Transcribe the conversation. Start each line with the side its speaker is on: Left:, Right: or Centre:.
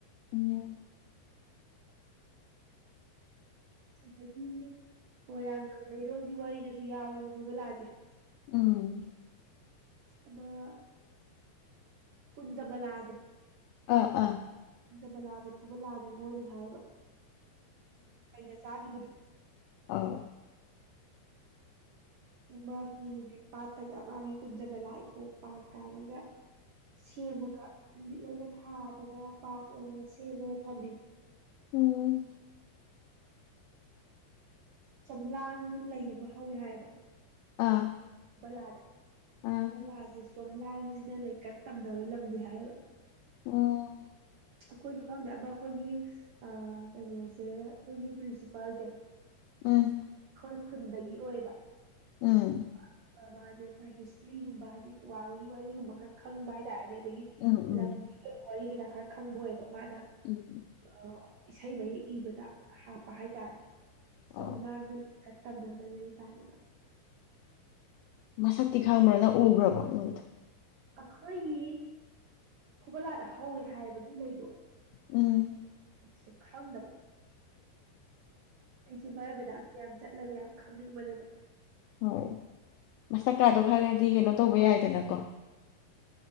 Left: ꯎꯝ
Right: ꯑꯗꯒꯤ ꯃꯣꯏꯔꯥꯡ ꯀꯪꯂꯩꯔꯣꯜꯒꯤ ꯋꯥꯔꯤ ꯁꯤꯗꯁꯨ ꯌꯥꯎꯋꯦꯕ ꯐꯨꯕꯂꯥꯖꯦ
Left: ꯎꯝ
Right: ꯑꯃꯃ ꯀꯨꯟꯖꯕꯂꯥꯗꯣ
Left: ꯑꯥ ꯑꯥ
Right: ꯖꯕꯂꯥꯁꯦ ꯐꯨꯕꯂꯥ ꯅꯤꯡꯉꯣꯜꯅꯦ ꯍꯥꯏꯌꯦꯕ ꯀꯩꯅ ꯆꯥꯈꯤꯕꯗꯣ
Left: ꯑꯧ
Right: ꯃꯥꯒꯤ ꯍꯧꯖꯤꯛ ꯄꯥꯠꯇꯒ ꯃꯥꯒꯤ ꯀꯨꯟꯖꯕꯂꯥꯏ ꯀꯣꯡ ꯄꯥ ꯀꯥꯏꯅꯒ ꯁꯦꯝꯃꯒ ꯅꯨꯃꯤꯠꯂꯩꯒ ꯊꯥꯗꯅ ꯄꯥꯛ ꯑꯣꯏꯅꯒ ꯁꯦꯝꯗꯅ ꯊꯝꯃꯤ
Left: ꯎꯝ
Right: ꯆꯝꯂꯥꯡ ꯑꯅ ꯂꯩ ꯑꯃ ꯍꯧꯋꯦ ꯍꯥꯏꯌꯦꯕ
Left: ꯑꯥ
Right: ꯐꯨꯕꯂꯥꯗ
Left: ꯑꯥ
Right: ꯐꯨꯕꯜꯂꯥꯥꯁꯦ ꯆꯣꯝꯂꯥꯡ ꯁꯤꯅ ꯂꯩꯀꯠ ꯇꯝꯅꯕ ꯂꯝꯅꯤ ꯍꯥꯏꯌꯦꯕ
Left: ꯎꯝ
Right: ꯑꯈꯣꯏꯁꯨ ꯈꯪꯗꯦ ꯑꯃ ꯑꯩꯈꯣꯏꯒꯤ ꯑ ꯀꯩꯅꯣꯁꯦ ꯑꯩꯈꯣꯏꯒꯤ ꯄ꯭ꯔꯤꯟꯁꯤꯄꯥꯜꯖꯦ
Left: ꯎꯝ
Right: ꯈꯣꯏ ꯈꯨꯟꯗꯒꯤ ꯑꯣꯏꯕ
Left: ꯎꯝ
Right: ꯑ ꯑꯃꯥꯁꯤ ꯑꯗꯩ ꯈꯔ ꯍꯤꯁꯇ꯭ꯔꯤꯒꯨꯝꯕ ꯍꯥꯏꯗꯤ ꯄꯨꯋꯥ ꯋꯥꯔꯤꯒꯨꯝꯕ ꯈꯔ ꯈꯪꯕ ꯍꯥꯏꯇꯥꯔꯦꯅꯦ ꯁꯤꯒꯤ
Left: ꯎꯝ ꯎꯝ
Right: ꯂꯕꯤ ꯍꯏ ꯔ ꯈꯔ ꯈꯪꯕꯣꯏ ꯃꯥꯗ
Left: ꯎꯝ
Right: ꯑ ꯏꯁꯩ ꯃꯌꯦꯛ ꯏꯕꯗ ꯍꯥꯞꯄ ꯍꯥꯏꯇꯥꯔꯦ ꯆꯣꯝ
Left: ꯑꯧ
Right: ꯂꯥꯡꯗ ꯀ ꯇꯗꯕ ꯂꯩ ꯀꯥꯗꯅ
Left: ꯃꯁꯛꯇꯤ ꯈꯪꯕ꯭ꯔ ꯅꯪ ꯎꯈ꯭ꯔꯕꯣ ꯅꯪ
Right: ꯑꯩꯈꯣꯏꯒꯤ ꯐꯨꯕꯂꯥꯗ ꯍꯧꯋꯦ ꯍꯥꯏꯕ ꯑꯗꯨ ꯂꯩꯩꯗꯣ
Left: ꯎꯝ
Right: ꯁꯦ ꯈꯪꯗꯕ ꯑꯩꯁꯤ ꯃꯥꯏ ꯃꯅꯥꯛꯇ ꯌꯥꯝ ꯆꯠꯂꯒ ꯌꯥꯝ ꯈꯪꯅꯤꯡꯕꯅꯦꯕ
Left: ꯍꯣꯏ ꯃꯁꯛꯀꯥꯗꯣ ꯈꯪꯉꯗꯤ ꯀꯩꯅꯣ ꯇꯧꯕ ꯌꯥꯏꯗꯅꯀꯣ